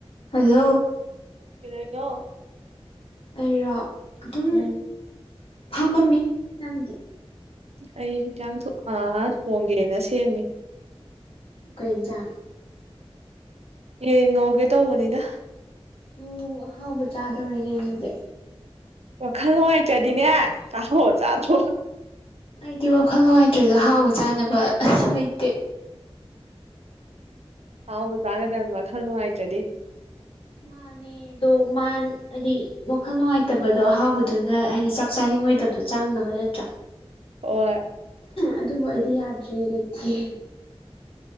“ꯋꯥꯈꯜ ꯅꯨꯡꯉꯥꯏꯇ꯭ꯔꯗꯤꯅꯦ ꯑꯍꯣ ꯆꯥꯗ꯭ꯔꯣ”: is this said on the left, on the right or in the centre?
Right